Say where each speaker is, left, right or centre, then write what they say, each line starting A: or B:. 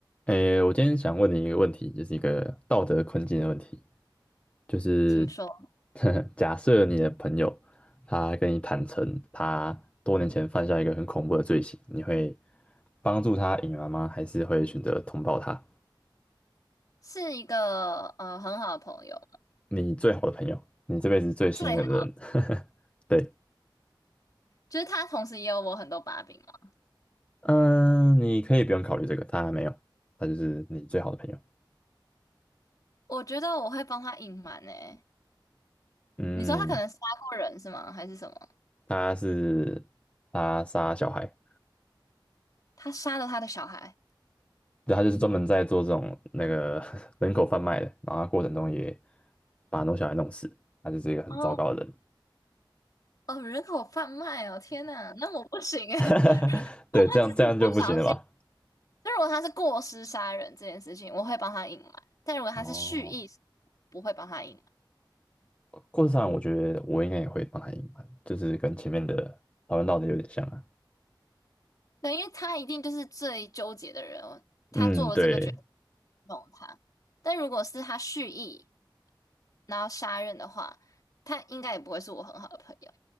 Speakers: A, on the left (about 15°); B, on the left (about 45°).
A: 诶，我今天想问你一个问题，就是一个道德困境的问题，就是
B: 听说
A: <laughs> 假设你的朋友他跟你坦诚他多年前犯下一个很恐怖的罪行，你会帮助他隐瞒吗？还是会选择通报他？
B: 是一个呃很好的朋友，
A: 你最好的朋友，你这辈子最信任的人，
B: 最好
A: <laughs> 对，
B: 就是他同时也有我很多把柄嘛。
A: 嗯，你可以不用考虑这个，他还没有，他就是你最好的朋友，
B: 我觉得我会帮他隐瞒诶。
A: 嗯，
B: 你说他可能杀过人是吗？还是什么？
A: 他是他杀小孩，
B: 他杀了他的小孩？
A: 对，他就是专门在做这种那个 <laughs> 人口贩卖的，然后他过程中也把很多小孩弄死，他就是一个很糟糕的人。
B: 哦哦，人口贩卖哦！天呐，那我不行诶。
A: <laughs>
B: <laughs> 他只是不小心。
A: 对，这样这样就不行了吧？
B: 就如果他是过失杀人这件事情，我会帮他隐瞒；但如果他是蓄意，
A: 哦，
B: 不会帮他隐瞒。
A: 故事上我觉得我应该也会帮他隐瞒，就是跟前面的讨论到的有点像啊。
B: 对，因为他一定就是最纠结的人，他做了这个决定
A: 嗯，对，
B: 弄他。但如果是他蓄意，然后杀人的话，他应该也不会是我很好的朋友。